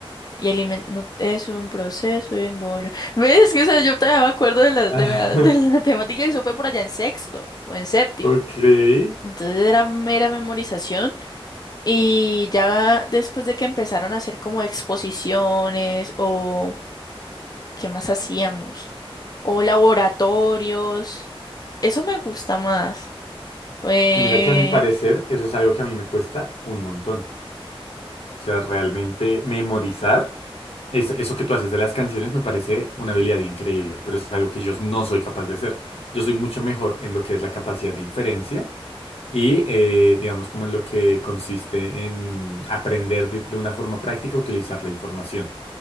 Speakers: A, on the left (about 40°); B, on the left (about 85°).
A: y alimentación es un proceso involucrado. <laughs> ¿Ves? Es Que, o sea, yo todavía me acuerdo de la,
B: Ah,
A: de la, <laughs> de la temática y eso fue por allá en sexto o en séptimo.
B: Ok. Y
A: Entonces era mera memorización y ya después de que empezaron a hacer como exposiciones o ¿Qué más hacíamos? O laboratorios. Eso me gusta más. Eh,
B: mira que a mi parecer eso es algo que a mí me cuesta un montón. O sea, realmente memorizar, es- eso que tú haces de las canciones me parece una habilidad increíble, pero es algo que yo no soy capaz de hacer. Yo soy mucho mejor en lo que es la capacidad de inferencia. Y eh, digamos como en lo que consiste en aprender de, de una forma práctica a utilizar la información.